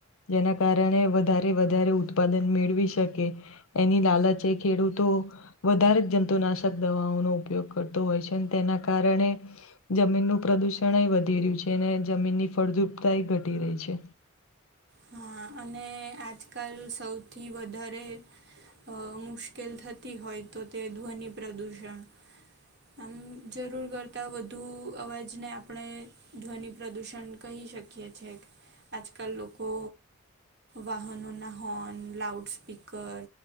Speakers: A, on the left; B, on the right.
A: જેના કારણે વધારે વધારે ઉત્પાદન મેળવી શકે. એની લાલચે ખેડૂતો વધારે જ જંતુનાશક દવાઓનો ઉપયોગ કરતો હોય છે. તેના કારણે જમીનનું પ્રદૂષણય વધી રહ્યું છે અને જમીનની ફળદ્રુપતાય ઘટી રહી છે.
B: હા અને આજકાલ સૌથી વધારે- - અ મુશ્કેલ થતી હોય તો તે ધ્વનિ પ્રદૂષણ આમ જરૂર કરતાં વધુ અવાજને આપણે ધ્વનિ પ્રદુષણ કહી શકીએ છે આજકાલ લોકો વાહનોના હોર્ન લાઉડ સ્પીકર